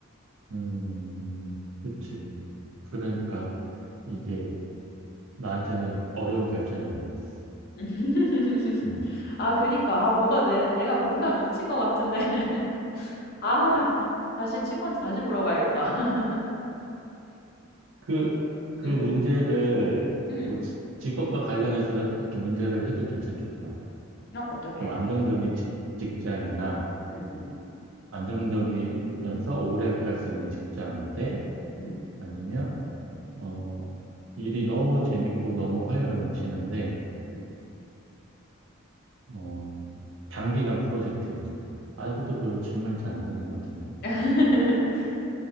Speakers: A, on the right; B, on the left.
A: 음, 그치. 그러니까 이게 나한테는 어려운 결정이 아니었어.
B: <laughs>
A: 음.
B: 아 그니까. 아 뭐가 내 내가 뭔가 놓친 것 같은데. <laughs> 아 다 다시 친구한테 다시 물어봐야겠다. <laughs>
A: 그, 그
B: 응,
A: 문제를
B: 응,
A: 뭐 지- 직업과 관련해서 이렇게 문제를 해도 괜찮겠다.
B: 음. 어 어떡해?
A: 좀 안정적인 직, 직장이나
B: 응, 응,
A: 안정적이면서 오래 갈 수 있는 직장인데
B: 응,
A: 아니면 어 일이 너무 재밌고 너무 활력 넘치는데
B: 응.
A: 어 단기간 프로젝트인 거야. 아 이것도 별로 질문이 잘 안 되는 것 같은데
B: <laughs>